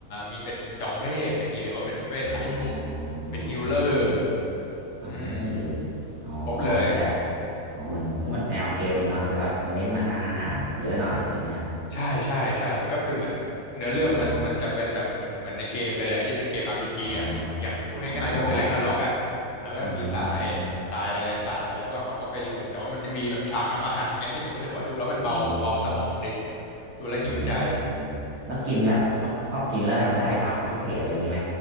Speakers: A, on the left (about 65°); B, on the right (about 55°).
A: มีเป็นจอมเวทอย่างนี้หรือว่าเป็นเวทสายชุบ
B: อ๋อ
A: เป็นฮีลเลอร์
B: เออ เอ้ย
A: อืม
B: อ๋อ
A: ครบเลย
B: เป็นแบบ อ๋อเหมือนก็มันแนวเกมเลยเนาะแต่ว่ามันเน้นมาทางอาหารเยอะหน่อยใช่ไหมครับ
A: ใช่ ใช่ ใช่ ก็คือเหมือนเนื้อเรื่องมันมันจะเป็นแบบเหมือนเหมือนในเกมเลยแหละที่เป็นเกม
B: อ๋อ
A: RPG
B: อ๋อ
A: อ่ะ อย่างพูดง่ายๆก็คือแร็กนาร็อกอ่ะ
B: อ๋อ อ๋อ
A: อ่าก็จะมีสาย
B: เออเออเออ
A: สายหลายๆสายแล้วก็เขาก็ไปลง แต่ว่ามันจะมีแบบฉากทำอาหารไงที่ผมรู้สึกว่าดูแล้วมันเบาเบาสมองดิ
B: อืม
A: ดูแล้วหิวใจ
B: อ่าแล้วกินแบบชอบชอบกินแล้วแบบได้บัฟพิเศษอะไรอย่างงี้ไหม